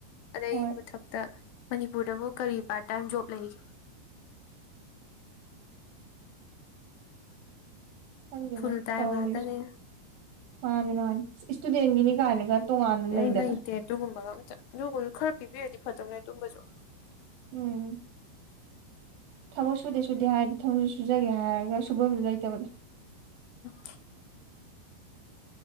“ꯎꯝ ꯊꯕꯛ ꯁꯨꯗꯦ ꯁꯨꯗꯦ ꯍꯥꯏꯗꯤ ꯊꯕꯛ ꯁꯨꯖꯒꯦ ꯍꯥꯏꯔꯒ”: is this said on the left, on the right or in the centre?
Right